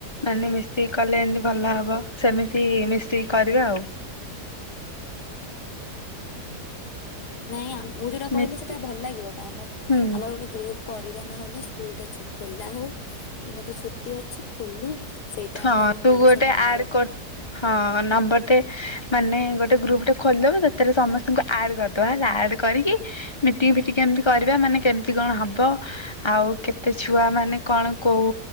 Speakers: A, on the left (about 25°); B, on the left (about 70°).
A: ମାନେ ମିଶିକି କଲେ ଏମିତି ଭଲ ହବ ସେମିତି ମିଶିକି କରିବା ଆଉ।
B: ହୁଁ ନାଇଁ ଆ ମୁଁ ଯୋଉଟା କହିଲି
A: ମିଟି
B: ସେଟା ଭଲ ଲାଗିବ ଆମର
A: ହୁଁ
B: ଗୋଟେ ଗ୍ରୁପ କରିବା ନହେଲେ ସ୍କୁଲ ଟା ଖୋଲା ହଉ ଏଇନା ତ ଛୁଟି ଅଛି ଖୋଲୁ ସେଇ ଟାଇମ
A: ହଁ
B: ରେ ଆମେ କହିବା
A: ତୁ ଗୋଟେ
B: ସାର୍ ଆମର
A: ଆଡ
B: ଏଟା
A: କର ହଁ ନମ୍ବରଟେ ମାନେ ଗୋଟେ ଗୋଟେ ଗ୍ରୁପ ଟା ଖୋଲିଦେବ ସେଥିରେ ସମସ୍ତଙ୍କୁ ଆଡ କରିଦବା ହେଲା ଆଡ କରିକି ମିଟିଙ୍ଗ ଫିଟି ଏମିତି କରିବା ମାନେ କେମିତି କଣ ହବ ଆଉ କେତେ ଛୁଆ ମାନେ କଣ କହୁ